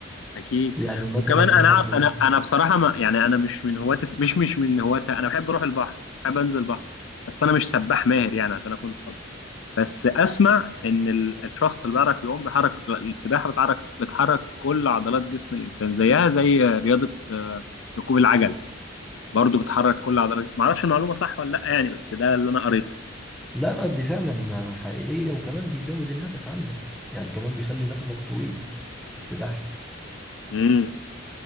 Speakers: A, on the left; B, in the centre.
A: اكيد
B: يعني مثلا
A: وكمان انا
B: حد
A: عار- انا انا بصراحه ما يعني انا مش من هواة الس- مش مش من هواة انا بحب اروح البحر بحب انزل البحر بس انا مش سباح ماهر يعني عشان اكون صادق بس اسمع ان ال- الشخص اللي بيعرف يعوم بيحرك السباحه بتحرك بتحرك كل عضلات جسم الانسان زيها زي رياضه آه، ركوب العجل برضو بتحرك كل عضلات ما اعرفش المعلومه صح ولا لا يعني بس ده اللي انا قريته
B: لا لا دي فعلا حقيقية وكمان بيزود النفس عندك يعني كمان بيخلي نفسك طويل السباحة
A: امم